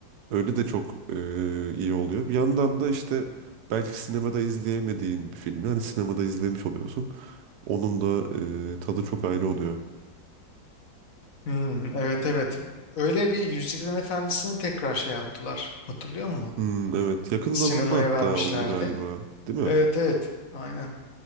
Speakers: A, on the right; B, on the left.
A: Öyle de çok e, iyi oluyor. Bir yandan da işte belki sinemada izleyemediğin bir filmi hani sinemada izlemiş oluyorsun. Onun da e, tadı çok ayrı oluyor.
B: Hmm, evet evet. Öyle bir Yüzüklerin Efendisi'ni tekrar şey yaptılar. Hatırlıyor musun?
A: Hmm, evet yakın
B: Sinemaya
A: zamanda hatta
B: vermişlerdi.
A: oldu galiba değil mi?
B: Evet evet. Aynen.